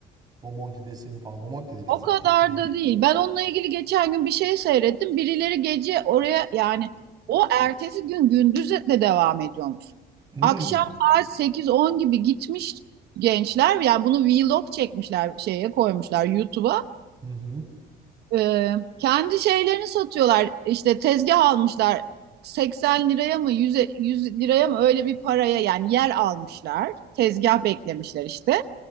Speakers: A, on the right; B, on the right.
A: Bomonti'desin falan. Bomonti de değil
B: O
A: aslında.
B: kadar
A: Şişli.
B: da değil. Ben onunla ilgili geçen gün bir şey seyrettim. Birileri gece oraya yani o ertesi gün gündüz de devam ediyormuş.
A: Hmm.
B: Akşam saat sekiz on gibi gitmiş gençler. Yani bunu vlog çekmişler şeye koymuşlar YouTube'a.
A: Hı hı.
B: Ee, kendi şeylerini satıyorlar. İşte tezgah almışlar. 80 liraya mı 100 100 liraya mı öyle bir paraya yani yer almışlar. Tezgah beklemişler işte.